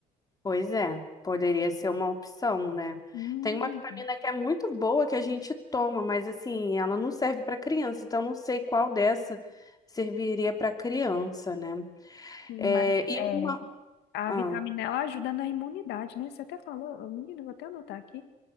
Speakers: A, on the left (about 20°); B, on the left (about 80°).
A: Pois é, poderia ser uma opção, né?
B: Hum,
A: Tem uma vitamina que é muito boa que a gente toma, mas assim, ela não serve para criança, então não sei qual dessa serviria para criança, né?
B: sim,
A: É,
B: mas
A: e
B: é,
A: uma.
B: a
A: ah,
B: vitamina ela ajuda na imunidade, né? Você até falou, menino, vou até anotar aqui,